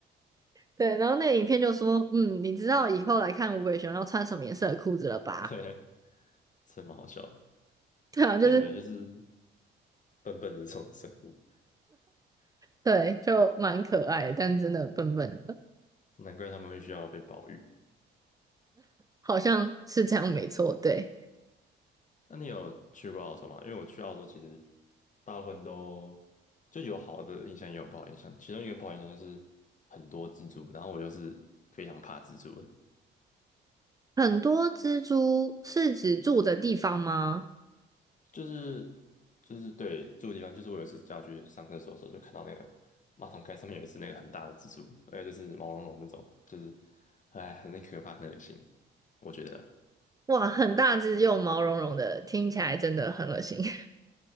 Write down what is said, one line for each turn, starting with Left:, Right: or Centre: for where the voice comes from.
Right: 对，然后那个影片就说，嗯，你知道以后来看无尾熊要穿什么颜色的裤子了吧？
Left: <laughs> 对，
Right: <laughs>
Left: 真的蛮好笑的。
Right: 对啊，就是
Left: 但感觉就是笨笨的这种生物，
Right: 对，就蛮可爱的，但真的笨笨的，
Left: 难怪他们会需要被保育。
Right: 好像是这样没错，对。
Left: 那你有去过澳洲吗？因为我去澳洲其实大部分都就有好的印象，也有不好印象。其中一个不好印象就是很多蜘蛛，然后我又是非常怕蜘蛛的，
Right: 很多蜘蛛是指住的地方吗？
Left: 就是就是对住的地方，就是我有一次要去上厕所的时候，就看到那个马桶盖上面有一只那个很大的蜘蛛，而且就是毛茸茸那种，就是哎很可怕，很恶心，我觉得。
Right: 哇，很大只又毛茸茸的，听起来真的很恶心。<laughs>